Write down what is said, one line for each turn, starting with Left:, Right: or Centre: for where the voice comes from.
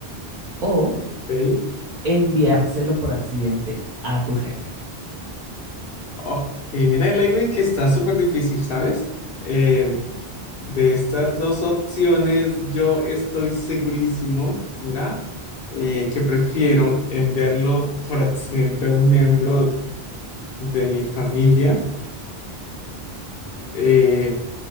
Right: O
Left: Ok.
Right: enviárselo por accidente a tu jefe.
Left: Ok, mira, Lewin, que está súper difícil, ¿sabes? Eh, de estas dos opciones, yo estoy segurísimo, mira, eh, que prefiero enviarlo por accidente a un miembro de mi familia eh,